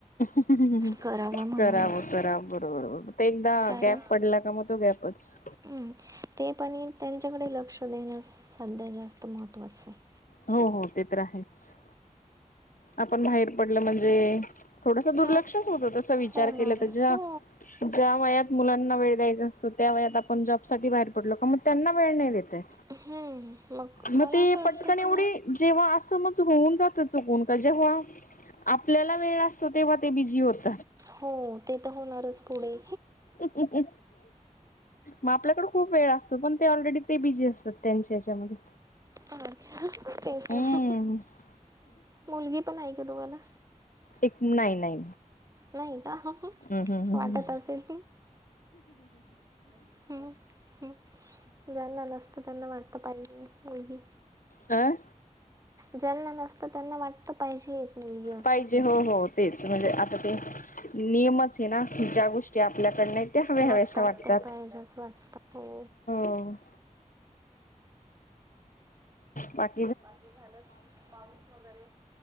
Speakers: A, on the left; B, on the right.
A: <inaudible> <inaudible>
B: करावं म्हणून
A: करावं- कराव बरोबर ब ते एकदा
B: कारण
A: गॅप पडला का मग तो गॅपच.
B: हम्म, ते पण ए त्यांच्याकडे लक्ष देणं सध्या जास्त महत्त्वाचं आहे.
A: हो हो ते तर आहेच आपण बाहेर पडलं म्हणजे थोडस दुर्लक्षच
B: हा,
A: होत तस विचार
B: होणार
A: केला तर ज्या
B: हो
A: ज्या वयात मुलांना वेळ द्यायच त्या व आप ज पलो त्यांना वेळ नाही देता येत.
B: हम्म,
A: मग
B: मला
A: ते
B: असं वाटतं
A: पट एवढी
B: की ना
A: जेव्हा असंमज होऊन जातं चुकून का जेव्हा आपल्याला वेळ असतो तेव्हा ते बिझी होत
B: हो ते तर होणारच पुढे.
A: इ मग आपल्याकडे खूप वेळ असतो पण ते ऑलरेडी ते बिजी असतात त्यांच्या याच्यामध्ये.
B: अच्छा तेच
A: हम्म
B: मुलगी पण ऐ का तुम्हाला.
A: एक नाही नाही
B: नाही का
A: हम्म हम्म हम्म
B: वाटत असेल. हम्म हम्म ज्यांना नसतं त्यांना वाटत पाहिजे नाही.
A: आं
B: ज्यांना नसत त्यांना वाटत पाहिजे एक मुलगी असं.
A: पाहिजे हो हो तेच म्हणजे आता ते नियम ना ज्या गोष्टी आपल्याकड नाही त्या हवे हवेशा
B: नसतात
A: वाटतात.
B: त्या पाहिजे असं वाटतं हो
A: हो बाकी.
B: बाकी झालं पाऊस वगैरे?